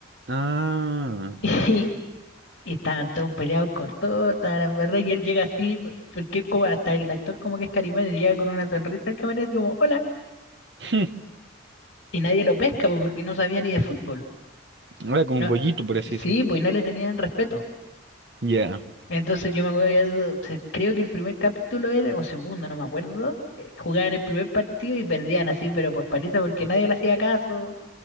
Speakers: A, on the right; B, on the left.
A: Ah.
B: <laughs> Y, Y estaban todos peleados con todo, la verdad, y él llega así, porque es como hasta el actor como que es carismático, llega con una sonrisa al camarero como, hola,
A: <laughs>
B: y nadie lo pesca pues, porque no sabía ni de fútbol.
A: Hmm. Ahora como
B: No,
A: pollito, por así
B: sí,
A: decir.
B: pues no le tenían respeto.
A: Ya.
B: Entonces yo me acuerdo, se- creo que el primer capítulo era, o segundo, no me acuerdo, eh, jugaban el primer partido y perdían así, pero por paliza porque nadie le hacía caso.